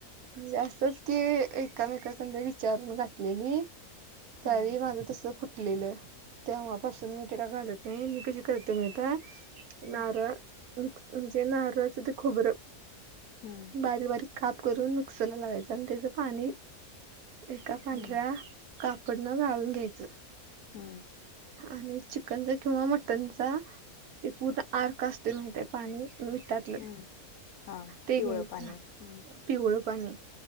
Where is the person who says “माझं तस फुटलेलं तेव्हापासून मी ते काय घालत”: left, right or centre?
Right